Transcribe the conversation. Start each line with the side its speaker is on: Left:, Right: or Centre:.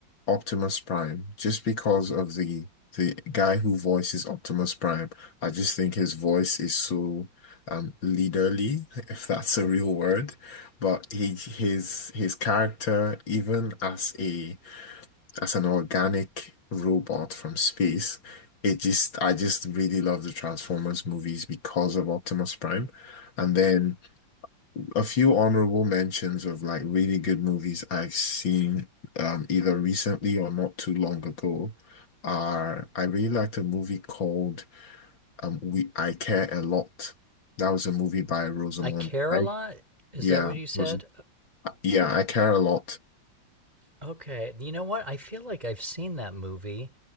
Left: Optimus Prime. Just because of the the guy who voices Optimus Prime, I just think his voice is so um leaderly, <laughs> if that's a real word. But he his his character, even as a as an organic robot from space. It just, I just really love the Transformers movies because of Optimus Prime. And then a few honorable mentions of like really good movies I've seen um, either recently or not too long ago are I really liked a movie called um, We I Care a Lot. That was a movie by Rosamund
Right: I care
Left: Pike.
Right: a lot. Is
Left: Yeah,
Right: that what you said?
Left: Rosam
Right: Uh,
Left: yeah, I Care a Lot.
Right: Okay. You know what? I feel like I've seen that movie.